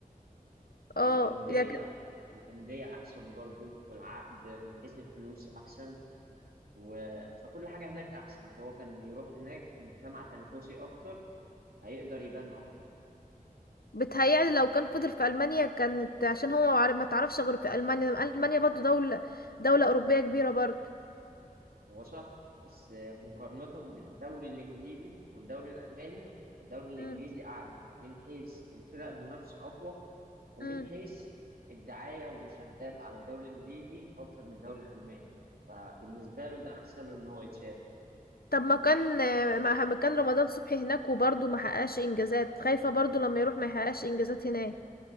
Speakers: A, on the left; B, on the right.
A: اه
B: والأندية
A: ده كان
B: الأندية أحسن برضو والعقد من حيث الفلوس أحسن و... فكل حاجة هناك أحسن فهو كان يروح هناك في مجتمع تنافسي أكتر هيقدر يبان أكتر
A: بتهيألي لو كان فضل في المانيا كانت عشان هو ما عر- ما تعرفش غير في المانيا المانيا برضو دوله دوله اوروبيه كبيره برضو
B: هو صح بس مقارنة بالدوري الإنجليزي والدوري الألماني الدوري الإنجليزي
A: مم.
B: أعلى من حيث الفرق المنافسة أقوى ومن
A: مم.
B: حيث الدعاية والمشاهدات على الدوري الإنجليزي أكتر من الدوري الألماني فبالنسبة له ده أحسن له إن هو يتشاف
A: طب ما كان ما ما كان رمضان صبحي هناك وبرضه ما حققش انجازات خايفة برضه لما يروح ما يحققش انجازات هناك